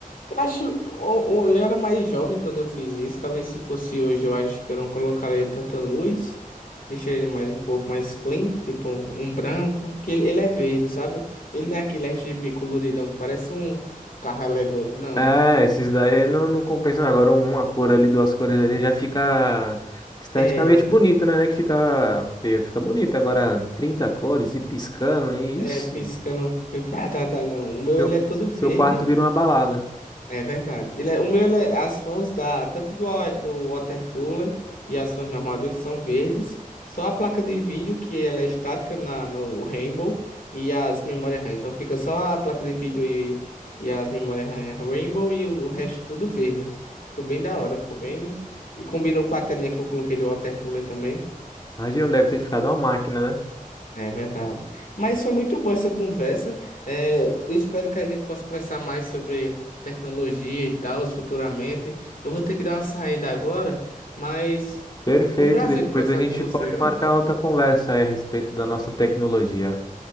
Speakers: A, on the left; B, on the left.
A: Eu Acho, ou, ou eu era mais jovem quando eu fiz isso. Talvez se fosse hoje, eu acho que eu não colocaria tanta luz. Deixaria ele mais um pouco mais clean, tipo um branco, que ele, ele é verde, sabe? Ele não é aquele RGB coloridão que parece um carro alegórico, não.
B: É, esses daí não, não compensam. Agora uma cor ali, duas cores ali já fica esteticamente
A: É,
B: bonito, né? Não é Que fica feio, fica bonito. Agora 30 cores e piscando, e
A: é
B: ixi,
A: piscando, <laughs> tá, tá, tá, não. O meu
B: seu,
A: ele é todo verde.
B: seu quarto vira uma balada.
A: É verdade. Ele é, o meu, ele é- as fãs da, tanto do, wa- do water cooler e as fãs normais dele são verdes. Só a placa de vídeo, que ela é estática na, no Rainbow, e as memórias RAM. Então fica só a placa de vídeo e, e as memórias RAM Rainbow e o resto tudo verde. Ficou bem da hora, ficou bem. E combinou com a telinha que eu coloquei do water cooler também.
B: Imagina, deve ter ficado uma máquina, né?
A: É verdade. Mas foi muito boa essa conversa. É, eu espero que a gente possa conversar mais sobre tecnologia e tal futuramente. Eu vou ter que dar uma saída agora, mas
B: Perfeito,
A: foi um prazer
B: depois
A: conversar
B: a gente
A: com você,
B: pode
A: viu?
B: marcar outra conversa aí a respeito da nossa tecnologia.